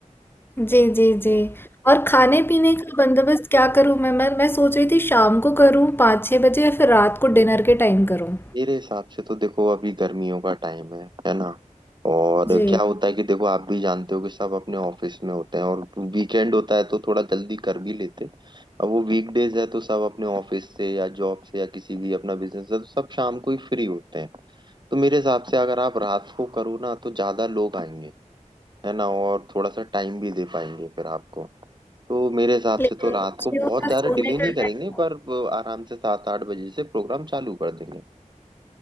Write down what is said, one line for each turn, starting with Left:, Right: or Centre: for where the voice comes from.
Left: जी जी जी और खाने पीने का बंदोबस्त क्या करूं मैं मैं मैं सोच रही थी शाम को करूं पाँच छः बजे या फिर रात को डिनर के टाइम करूं
Right: मेरे हिसाब से तो देखो अभी गर्मियों का टाइम है है ना और
Left: जी
Right: क्या होता है कि देखो आप भी जानते हो कि सब अपने ऑफिस में होते हैं और वीकेंड होता है तो थोड़ा जल्दी कर भी लेते हैं अब वो वीकडेज है तो सब अपने ऑफिस से या जॉब से या किसी भी अपना बिजनेस है तो सब शाम को ही फ्री होते हैं तो मेरे हिसाब से अगर आप रात को करो ना तो ज्यादा लोग आएंगे है ना और थोड़ा सा टाइम भी दे पाएंगे फिर आपको तो मेरे हिसाब
Left: लेकिन
Right: से तो रात
Left: बच्चियों
Right: को बहुत
Left: का
Right: ज्यादा
Left: सोने
Right: डिले
Left: का
Right: नहीं करेंगे
Left: टाइम
Right: पर वो आराम से सात आठ बजे से प्रोग्राम चालू कर देंगे